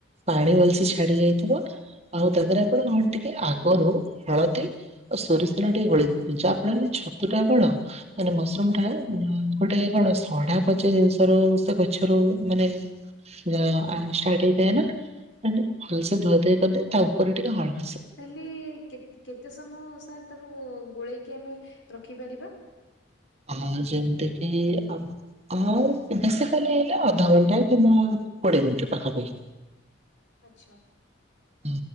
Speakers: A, on the right (about 35°); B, on the left (about 70°).
A: ପାଣି ଭଲସେ ଛାଡି ଯାଇଥିବ। ଆଉ ତା ଦେହରେ ଆପଣ କଣ ଟିକେ ଆଗରୁ ହଳଦୀ ଆଉ ସୋରିଷ ତେଲ ଟିକେ ଗୋଳେଇ ଦେଇଥିବେ, ଯାହା ଫଳରେ ଛତୁ ଟା ଆପଣ ମାନେ ମସରୁମ ଟା ଗୋଟେ କଣ ସଢା ପଚା ଜିନିଷ ରୁ ସେ କହି ଛରୁ ମାନେ ଜ ଆଁ ଷ୍ଟାର୍ଟ ହେଇଥାଏ ନା, ମାନେ ଭଲ ସେ ଧୁଆ ଧୁଇ କଲେ ତା ଉପରେ ଟିକେ ହଳ
B: ତା ହେଲେ କେ କେତେ ସମୟ ସାର୍ ତାକୁ ଗୋଳେଇକି ଆମେ ରଖିପାରିବା?
A: ଆ ଯେମିତି କିି ଆ ହଉ ବେଶୀ କାଲି ହେଲେ ଅଧଘଣ୍ଟା କିମ୍ବା କୋଡିଏ ମିନିଟ୍ ପାଖା ପାଖି।
B: ଆଛା।
A: ଅଁ,